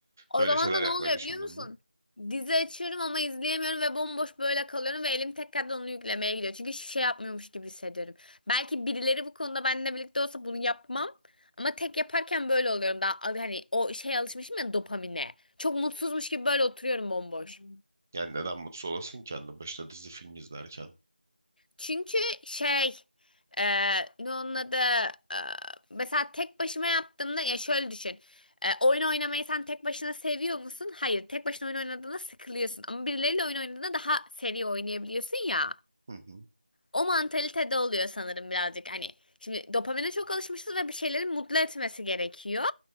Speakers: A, on the left; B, on the right.
A: O
B: böyle
A: zaman
B: şeyler
A: da ne
B: yapmayı
A: oluyor
B: düşündün
A: biliyor musun?
B: mü?
A: Dizi açıyorum ama izleyemiyorum ve bomboş böyle kalıyorum ve elim tekrardan onu yüklemeye gidiyor. Çünkü hiçbir şey yapmıyormuş gibi hissediyorum. Belki birileri bu konuda benimle birlikte olsa bunu yapmam. Ama tek yaparken böyle oluyorum. Daha hani o şeye alışmışım ya dopamine. Çok mutsuzmuş gibi böyle oturuyorum bomboş.
B: Yani neden mutsuz olasın ki anne başta dizi film izlerken?
A: Çünkü şey e, ne onun adı e, mesela tek başıma yaptığımda ya şöyle düşün. E, oyun oynamayı sen tek başına seviyor musun? Hayır. Tek başına oyun oynadığında sıkılıyorsun. Ama birileriyle oyun oynadığında daha seri oynayabiliyorsun ya.
B: Hı hı.
A: O mantalitede oluyor sanırım birazcık hani. Şimdi dopamine çok alışmışız ve bir şeyleri mutlu etmesi gerekiyor.